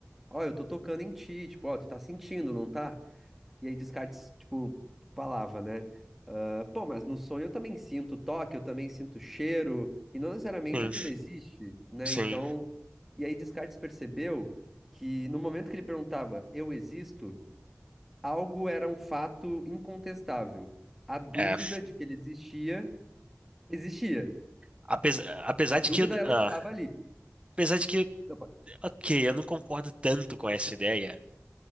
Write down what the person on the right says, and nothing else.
sim,
sim,
é.
Apesar, apesar
de
que,
ah,
apesar de que,
ok, eu não concordo tanto com essa ideia,